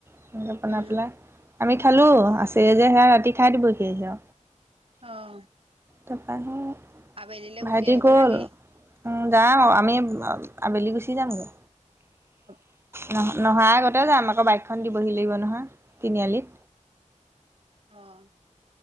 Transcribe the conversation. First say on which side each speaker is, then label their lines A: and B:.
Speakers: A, on the right; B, on the right.
A: সনেকৈ বনাই
B: উম
A: পেলাই আমি খালো আছে যে সেয়া ৰাতি খাই দিব সেহে
B: অ'।
A: তাৰপা সেই
B: আবেলিলে গুচি
A: ভাইটি
B: আহিব
A: গ'ল।
B: নে কি
A: উম যাম আমি আবেলি গুচি যামগৈ।
B: <inaudible>
A: নহ নহাৰ আগতে যে আম আকৌ বাইকখন দিবহি লাগিব নহয় তিনিআলিত।
B: অ'।